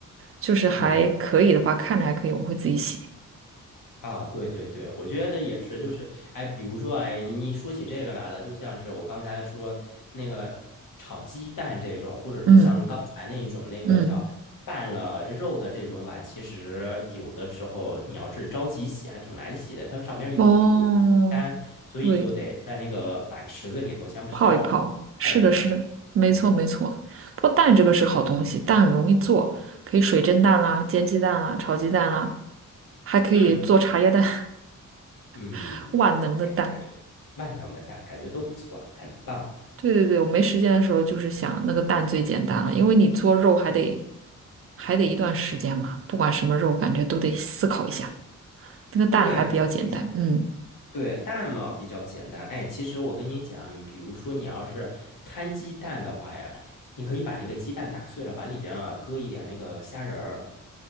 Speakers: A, on the right; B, on the left.
A: 就是还可以的话，
B: 嗯
A: 看着还可以，我会自己洗。
B: 啊，对对对，我觉得也是，就是，哎，比如说，哎，你说起这个来了，就像是我刚才说那个炒鸡蛋这种，或者是像刚才那一种那个叫拌了肉的这种碗，
A: 嗯嗯，
B: 其实有的时候你要是着急洗，还挺难洗的，它上面有油干，
A: 哦，
B: 所以就得在那个碗池子里头先泡泡一泡。
A: 对，泡一泡，是的，是的，没错没错。
B: 嗯。
A: 不过蛋这个是好东西，蛋很容易做，可以水蒸蛋啦、煎鸡蛋啦、炒鸡蛋啦，还可以做茶叶蛋，
B: 嗯嗯，
A: <laughs> 万能的蛋。
B: 感觉万能的蛋，感觉都不错的，很棒。
A: 对对对，我没时间的时候就是想那个蛋最简单了，因为你做肉还得还得一段时间嘛，不管什么肉，感觉都得思考一下。那个蛋还比较简单，
B: 对，确实是的。
A: 嗯，
B: 对，蛋嘛比较简单。哎，其实我跟你讲，比如说你要是摊鸡蛋的话呀，你可以把那个鸡蛋打碎了，往里边啊搁一点那个虾仁儿，